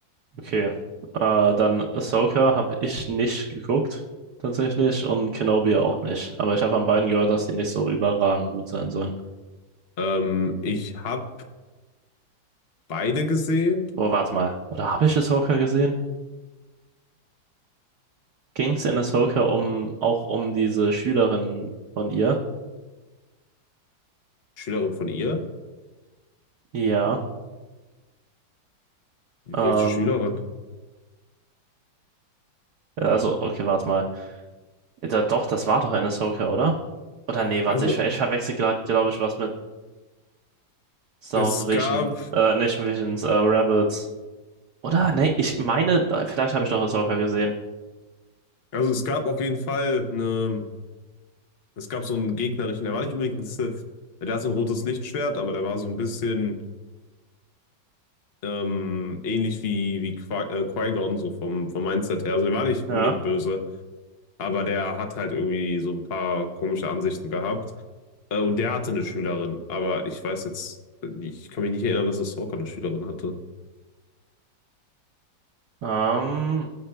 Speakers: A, on the right (about 65°); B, on the left (about 75°).
A: okay. Äh, dann Ahsoka habe ich nicht geguckt, tatsächlich, und Kenobi auch nicht. Aber ich habe von beiden gehört, dass die nicht so überragend gut sein sollen.
B: Ähm, ich habe beide gesehen.
A: Oh, warte mal. Oder habe ich Ahsoka gesehen? Ging es in Ahsoka um, auch um diese Schülerin von ihr?
B: Schülerin von ihr?
A: Ja.
B: Welche
A: Ähm,
B: Schülerin?
A: ja, also, okay, warte mal. Da, doch, das war doch in Ahsoka, oder? Oder nee, warte,
B: Also
A: ich, ver- ich verwechsel gerade, glaube ich, was mit Star
B: es
A: Wars Vision.
B: gab,
A: Äh, nicht Visions, äh, Rebels. Oder? Ne, ich meine, vielleicht habe ich doch das Ahsoka gesehen.
B: also es gab auf jeden Fall eine. Es gab so einen gegnerischen, der war nicht unbedingt ein Sith. Der hat so ein rotes Lichtschwert, aber der war so ein bisschen ähm, ähnlich wie, wie Qui- äh, Qui-Gon, so vom, vom Mindset her. Also der war nicht
A: Ja.
B: unbedingt böse, aber der hat halt irgendwie so ein paar komische Ansichten gehabt. Äh, und der hatte eine Schülerin, aber ich weiß jetzt, äh, ich kann mich nicht erinnern, dass Ahsoka eine Schülerin hatte.
A: Ähm,